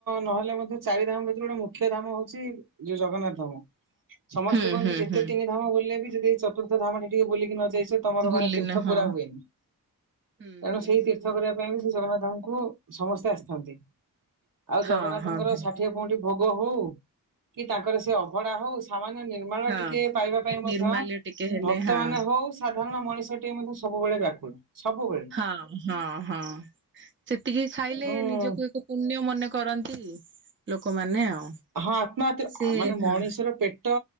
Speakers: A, on the right (about 60°); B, on the right (about 30°).
A: ନହେଲେ ମଧ୍ୟ ଚାରି ଧାମ ଭିତରେ ଗୋଟେ ମୁଖ୍ୟ ଧାମ ହଉଛି ଯୋଉ ଜଗନ୍ନାଥ ଧାମ। ସମସ୍ତେ
B: ହୁଁ
A: କୁହନ୍ତି
B: ହୁଁ
A: ଯେତେ
B: ହୁଁ
A: ତିନି ଧାମ ବୁଲିଲେ ବି- ଯଦି ଚତୁର୍ଥ ଧାମାନ ଟିକେ ବୁଲି କି ନଯାଇ ତମର
B: ବୁଲିନ
A: ମାନେ ତୀର୍ଥ
B: ହଁ।
A: ପୁରା ହୁଏନି
B: ହୁଁ
A: ଏଣୁ
B: ହୁଁ
A: ସେଇ
B: ହୁଁ
A: ତୀର୍ଥ
B: ହୁଁ।
A: କରିବା ପାଇଁ ବି ସେ ସେମାନେ ତାଙ୍କୁ ସମସ୍ତେ ଆସିଥାନ୍ତି ଆଉ
B: ହଁ
A: ଜଗନ୍ନାଥଙ୍କର
B: ହଁ ହଁ ହୁଁ
A: ଷାଠିଏ ପଉଟି ଭୋଗ ହଉ କି ତାଙ୍କର ସେ ଅଭଢା ହଉ ସାମାନ୍ୟ ନିର୍ମାଣ
B: ହଁ
A: ଟିକେ ପାଇବା ପାଇଁ
B: ନିର୍ମାଲ୍ୟ
A: ମଧ୍ୟ
B: ଟିକେ ହେଲେ
A: ଭକ୍ତ
B: ହଁ।
A: ମାନ ହଉ ରଣ ମଣିଷ ଟଟି ମ ମଧ୍ୟ ସବୁବେଳେ ବ୍ୟାକୁଳ ସବୁବେଳେ
B: ହଁ ହଁ ହଁ ସେତିକି ଖାଇଲେ
A: ତେଣୁ
B: ନିଜକୁ ଏକ ପୁଣ୍ୟ ମନେ କରନ୍ତି ଲୋକମାନେ ଆଉ
A: ହଁ ଆତ୍ମହତ
B: ସେ
A: ମାନେ ମଣିଷର
B: ହଁ
A: ପେଟ